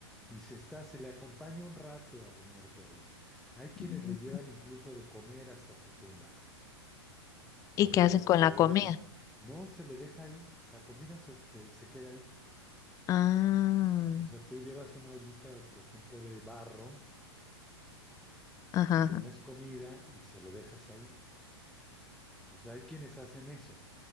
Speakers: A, in the centre; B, on the left (about 25°).
A: y se está, se le acompaña un rato al muerto ahí. Hay quienes
B: Ujú.
A: le llevan incluso de comer hasta su tumba o
B: ¿Y qué
A: de,
B: hacen
A: o
B: con
A: de
B: la
A: beber.
B: comida?
A: No, se le deja ahí, la comida se, se, se queda ahí.
B: Ah,
A: O sea, tú llevas una ollita, por ejemplo, de barro,
B: ajá,
A: le pones comida y se lo dejas ahí. O sea, hay quienes hacen eso.